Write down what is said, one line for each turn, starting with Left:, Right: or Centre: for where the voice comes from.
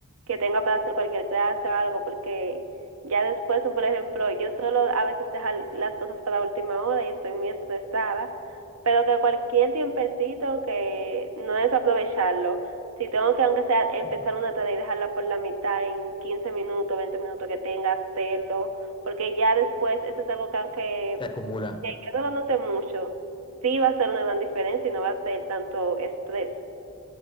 Right: que tenga para hacer cualquier clase o algo, porque ya después, por ejemplo, yo suelo a veces dejar las cosas para última hora y estoy muy estresada, pero que cualquier tiempecito que no desaprovecharlo. Si tengo que, aunque sea, empezar
Left: Mm.
Right: una tarea y dejarla por la mitad en 15 minutos, 20 minutos que tenga, hacerlo, porque ya después eso es algo que aunque
Left: Se acumula.
Right: que yo no lo note mucho, sí va a ser una gran diferencia y no va a ser tanto estrés.